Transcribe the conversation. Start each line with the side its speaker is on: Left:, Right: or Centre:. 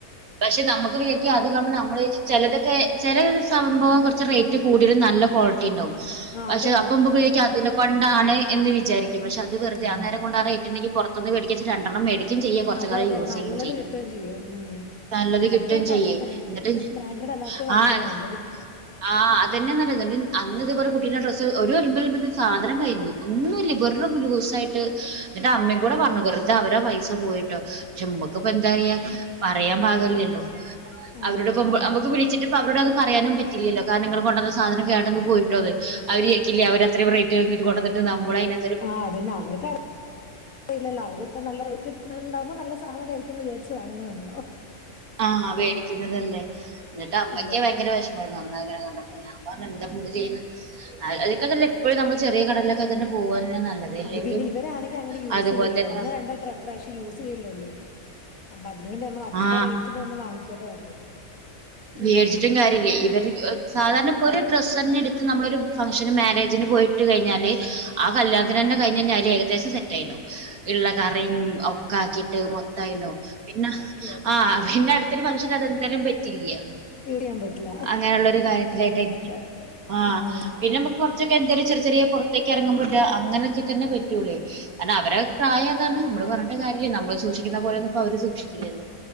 Right: പക്ഷെ നമുക്ക് ഉപയോഗിക്കാൻ അത അത് കാണുമ്പോ നമ്മൾ ചിലതൊക്കെ ചില സംഭവം കുറച്ച് റേറ്റ് കൂടുതലും നല്ല ക്വാളിറ്റി ഉണ്ടാാവും
Left: ആഹ്
Right: പക്ഷെ
Left: അതുണ്ടാവും
Right: അപ്പമ്പ കുഴക്കും അതിനെ കൊണ്ടാണ് എന്ന് വിചാരിക്കും പക്ഷെ അത് വെറുതെ
Left: ഉം
Right: ആഹ് നേരംആഹ് റേറ്റിനു കിട്ടൂല പുറത്തുന്ന് മേടിക്ക രണ്ടെണ്ണം മേടിക്കയും ചെയ്യാ കൊറച്ച
Left: അതെ
Right: കാലം
Left: അതെ
Right: യൂസ്
Left: നല്ലത്
Right: ചെയ്യയും ചെയ്യ.
Left: കിട്ടുകയും ചെയ്യും ഉം
Right: നല്ലത് കിട്ടുകയും
Left: അധികമൊക്കെ
Right: ചെയ്യേ
Left: അല്ലാത്ത
Right: എന്നിട്ട്
Left: ബ്രാൻഡഡ് അല്ലാത്തത് വാങ്ങിക്കുന്ന
Right: ആഹ്
Left: നല്ലത്
Right: ആഹ് അതന്ന നല്ല
Left: ഉം
Right: അന്ന് ഇതുപല കുട്ടീന്റെ ഡ്ര. ഓരോരുമ്പലും സാധനം കഴിഞ്ഞു ഒന്നുമ ഇല്ല വെറരുഹൂസായിട്ട്. എന്റെ അമ്മയും
Left: ഉം.
Right: കൂടെ പറഞ്ഞു വെറുത അവരെ പൈസ പോയിട്ടോ പക്ഷെ നമ്മക്കിപ്പ
Left: അതെ
Right: എന്താ പറയാ. പറയാൻ പാകില്ലല്ലോ
Left: ആഹ്
Right: അവരോടപ്പ
Left: അതാണ്
Right: നമുക്ക് വിളിച്ചിട്ടപ്പ അവരോട് അത് പറയാനും പറ്റ. ഇല്ലല്ലോ കാരണംങ്ങങ്ങള് കൊണ്ടുവന്ന സാനം കേട്ടന്നന്ന് പോയിട്ടോ അഹ് അവര്രിക്കില്ല അവര് അത്രയും റേറ്റ് വങ്ങിട്ട് കൊ. നമ്മളതിനെ
Left: ആഹ് അതന്നാ അവര്ക്ക്. അറിയില്ലല്ല അവര്പ്പ നല്ല റേറ്റ് ഉണ്ടാവുമ്പോ നല്ല സാധനം ആയിരിക്കുംന്ന് വിചാരിച്ച് വാങ്ങതാണല്ലോ.
Right: ആഹ് മേടിക്കുന്നതല്ലേ എന്നിട്ട് അമ്മക്ക്
Left: അതെ
Right: ഭയങ്കര വിഷ. നന്നങ്ങനെ കണ്ട പിന്നെ എന്താ ചെയ്യ. അഹ് അതൊക്കെ നല്ല എപ്പോഴും നമ്മൾ ചെറിയ കടയിലൊക്കെ തന്നെ പോകവാ നല്ലത് അല്ലെങ്കിൽ
Left: അത് പിന്നെ ഇവരാണെങ്കിൽ അങ്ങനെ യൂസ്ചെയ്യലല്ലോ
Right: അതുപോലെ തന്നെ
Left: ഒന്നും രണ്ടോത്രം. പ്രാവശ്യം യൂസ് ചെയ്യല്ലേള്ളൂ അപ്പൊ അതിനുവേണ്ടി നമ്മൾ അധികം
Right: ആ
Left: റേറ്റിന ഒന്ന് വാങ്ങിക്കാതേ നല്ലത്.
Right: വിേടിച്ചിട്ടും
Left: ഉം
Right: കാര്യമില്ലേ ഇവര് ആഹ്. സാധാരണ ഇപ്പോ ഒരു ഡ്രസ്സ് തന്നെ എടുത്ത് നമ്മളൊരു ഫംഗഷന് മാരേജിന് പോയിട്ട് കഴിഞ്ഞാല്. ആഹ് കല്യാത്തിന്
Left: ഉം
Right: തന്നെ കഴിഞ്ഞഞ് കഴിഞ്ഞാല് ഏകദേശം സെറ്റയിണാവും ഇള്ള കറയും. ഒക്ക ആക്കിട്ട് മൊത്തമായിണ്ടകും പിന്നെ
Left: ഓക്കെ ആക്കും
Right: ആഹ് പിന്നെ
Left: ഉം
Right: അടു. <unintelligible> ഫംഗ്ഷൻ അതെന്തായാലും പറ്റില്ലേ.
Left: എഴിയാൻ പറ്റില്ല.
Right: അങ്ങനെയുള്ള ഒരു കാര്യത്തിലായിട്ട
Left: അതാണ്
Right: ഇരിക്കും
Left: അത
Right: ആഹ്
Left: ഉം
Right: പിന്നെ. കുറച്ചൊക്കെ എന്താലും ചെറ ചെറിയ പുറത്തൊക്കെ ഇറങ്ങുമ്പോറ്റ അങ്ങനൊക്കെ തന്നെ പറ്റൂള്ളേ കാരണം അവരെ പ്രായം. അതാണ് നമ്മള് പറഞ്ഞട്ട കാര്യല്ല നമ്മള് സൂക്ഷിക്കുന്ന പോലൊന്ന ഇപ്പോ അവര് സൂക്ഷിക്കില്ലല്ലോ.